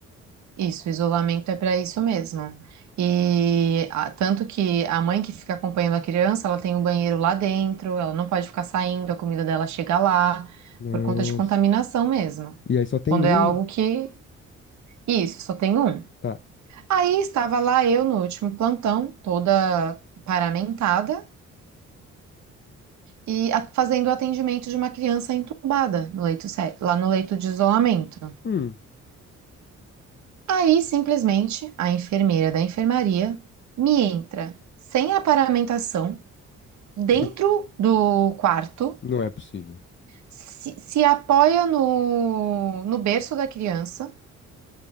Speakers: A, on the right (about 65°); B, on the left (about 40°).
A: Isso, isolamento é para isso mesmo. E a- tanto que a mãe que fica acompanhando a criança, ela tem o banheiro lá dentro, ela não pode ficar saindo, a comida dela chega lá,
B: Nossa.
A: por conta de contaminação mesmo.
B: E aí só tem
A: Quando
B: um?
A: é algo que. Isso, só tem um.
B: Tá.
A: Aí estava lá eu no último plantão, toda paramentada, e a- fazendo o atendimento de uma criança entubada no leito, sé- lá no leito de isolamento.
B: Hum,
A: Aí, simplesmente, a enfermeira da enfermaria me entra sem aparamentação dentro
B: <laughs>
A: do quarto,
B: não é possível.
A: se, se apoia no, no berço da criança